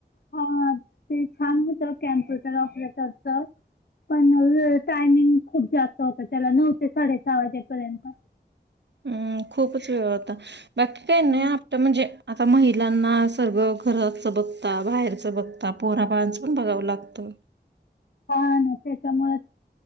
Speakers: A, on the left (about 70°); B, on the right (about 85°).
A: हा ते छान होतं कॅम्प्युटर ऑपरेटरच. पण टायमिंग खूप जास्त होत त्याला नऊ ते साडे सहा वाजेपर्यंत.
B: हम् खूपच वेळ होता बाकी काही
A: हम्म
B: नाही आपत म्हणजे आता महिलांना सगळं. घराचं बघता बाहेरचं बघता पोरा बाळाचं पण बघावं लागतं.
A: <inaudible> हा ना त्याच्यामुळे